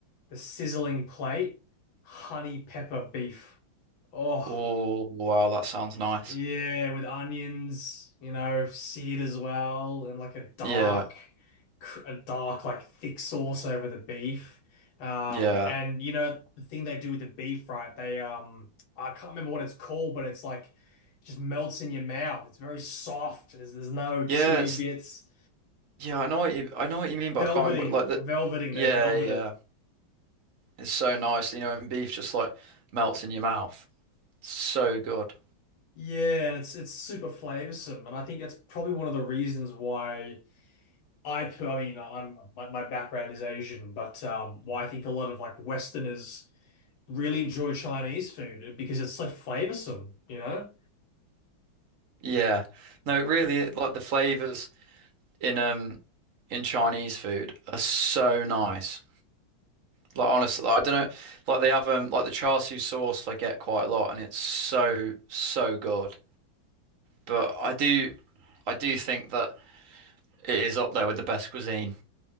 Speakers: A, on the left; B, on the right.
A: the sizzling plate, honey pepper beef. Oh.
B: Oh, wow, that sounds nice.
A: Yeah, with onions, you know, seared as well, and like a dark,
B: Yeah,
A: cr- a dark, like thick sauce over the beef. Um,
B: yeah.
A: and you know, the thing they do with the beef, right? They, um, I can't remember what it's called, but it's like just melts in your mouth. It's very soft. There's, there's no chewy
B: Yeah, it's
A: bits.
B: Yeah, I know what you I know what you mean,
A: Velveting,
B: but I can't remember like the
A: velveting,
B: yeah,
A: they velvet
B: yeah.
A: it.
B: It's so nice, you know, and beef just like melts in your mouth. So good.
A: Yeah, and it's it's super flavorsome, and I think that's probably one of the reasons why. I, I mean, I'm my, my background is Asian, but um, well, I think a lot of like Westerners really enjoy Chinese food because it's so flavoursome, you know?
B: Yeah. No, it really it, like the flavors in um in Chinese food are so nice. Like honestly, like, I don't know, like they have um like the char siu sauce I get quite a lot and it's so so good. But I do I do think that it is up there with the best cuisine